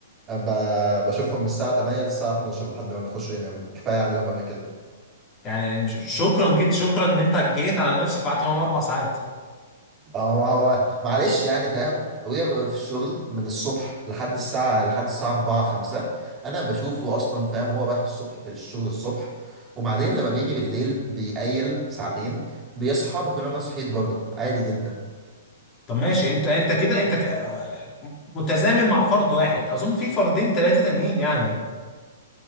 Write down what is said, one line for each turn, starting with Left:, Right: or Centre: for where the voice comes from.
Right: ب- بشوفهم من الساعه 8 للساعه 12 لحد ما بيخشوا يناموا كفايه عليهم قبل كده
Left: يعني مش- شكرا جد شكرا ان انت جيت على نفسك وقعدت معاهم اربع ساعات
Right: اه ما هو معلش يعني فاهم ابويا بيبقى في الشغل من الصبح لحد الساعة لحد الساعة 4 5 انا بشوفه اصلا فاهم هو رايح الصبح الشغل الصبح وبعدين لما بيجي بالليل بيقيل ساعتين وبيصحى بكون انا صحيت برضه عادي جدا
Left: طب ماشي انت انت كده انت ك- آه، متزامن مع فرد واحد اظن في فردين ثلاثه تانيين يعني